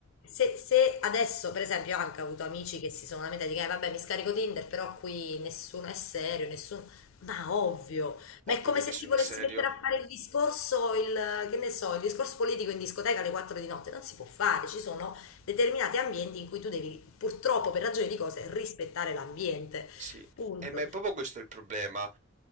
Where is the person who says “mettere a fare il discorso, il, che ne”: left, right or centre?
Left